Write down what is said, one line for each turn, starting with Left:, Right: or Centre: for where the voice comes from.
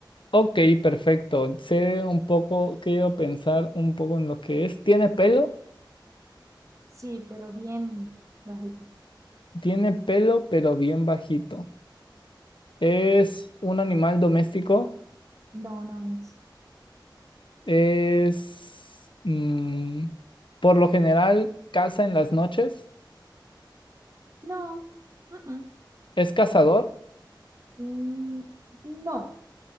Left: ok, perfecto. Sé un poco, quiero pensar un poco en lo que es. ¿Tiene pelo?
Right: Sí, pero bien bajito.
Left: Tiene pelo, pero bien bajito. Es un animal doméstico.
Right: No, no es.
Left: Es, mm, por lo general, caza en las noches.
Right: No. mm,
Left: Es cazador.
Right: mm, mm, no,